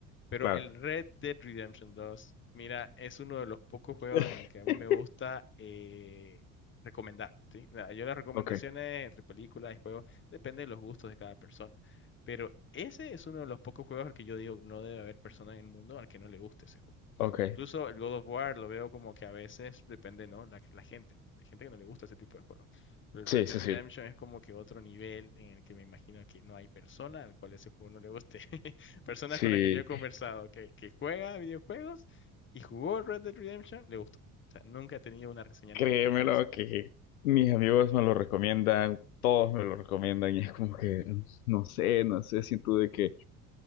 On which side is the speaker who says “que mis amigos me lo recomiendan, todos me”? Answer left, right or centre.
Left